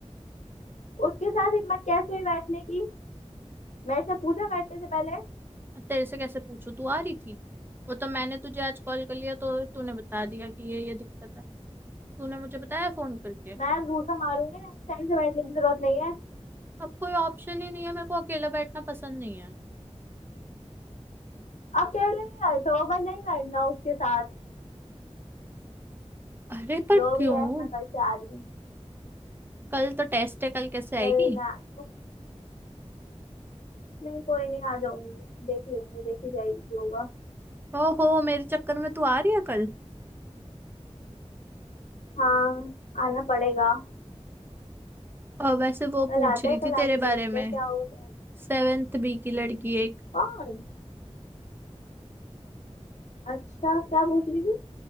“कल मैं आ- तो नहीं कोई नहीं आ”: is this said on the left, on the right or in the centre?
Left